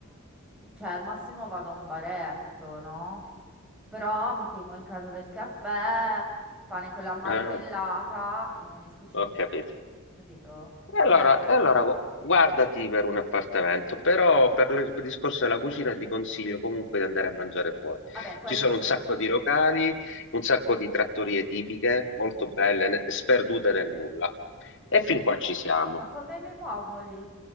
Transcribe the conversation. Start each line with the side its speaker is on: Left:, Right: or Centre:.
Centre: cioè al massimo vado a un baretto, no? Però mi tengo in casa del caffè, pane con la marmellata
Left: Ah,
Centre: e non esco cinque
Left: ho capito.
Centre: giorni. Capito? Per
Left: E
Centre: quello.
Left: allora, e allora gu- guardati per un appartamento, però per il discorso della cucina ti consiglio comunque di andare a mangiare fuori.
Centre: Vabbè, quello
Left: Ci sono
Centre: sì.
Left: un sacco di locali, un sacco di trattorie tipiche, molto
Centre: Mm.
Left: belle, ne- sperdute nel nulla. E fin qua ci siamo.
Centre: Ma come mi muovo lì?